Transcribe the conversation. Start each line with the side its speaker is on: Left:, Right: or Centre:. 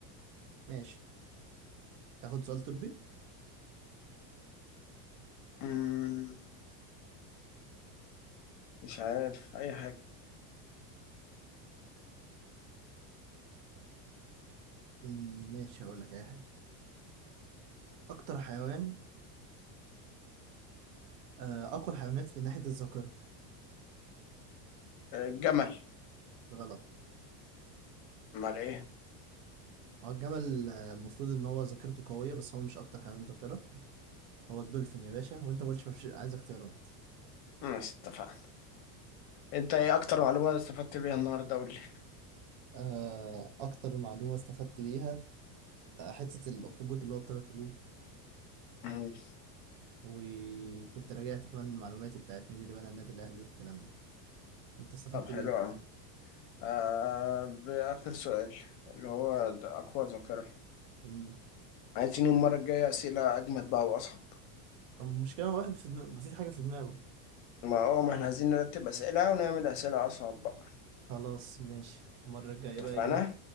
Right: ماشي تاخد سؤال طبي
Left: أمم، مش عارف اي حاجه
Right: مم، ماشي هقول لك اي حاجه اكتر حيوان آه، اقوى الحيوانات في ناحيه الذاكره
Left: آه، الجمل
Right: غلط
Left: امال ايه
Right: هو الجمل آه، المفروض ان هو ذاكرته قويه بس هو مش اكتر حيوان ذاكره هو الدولفين يا باشا وانت ما قلتش مفيش عايز اختيارات
Left: ماشي اتفقنا انت ايه اكتر معلومه استفدت بيها النهارده قول لي
Right: آه، اكتر معلومه استفدت بيها آه، حته الاخطبوط اللي هو بثلاث قلوب
Left: أمم،
Right: وكنت راجعت كمان من معلوماتي بتاعت مين اللي بنى النادي الاهلي والكلام ده انت استفدت
Left: طب حلو قوي آه باخر سؤال اللي هو اقوى ذاكره
Right: بيه
Left: عايزين المرة الجاية أسئلة أجمد بقى وأصعب
Right: المشكلة واحد في دماغه مفيش حاجة في دماغه
Left: ما اه ما احنا عايزين نرتب أسئلة ونعمل أسئلة أصعب بقى
Right: خلاص ماشي المرة الجاية
Left: اتفقنا؟
Right: بقى ايه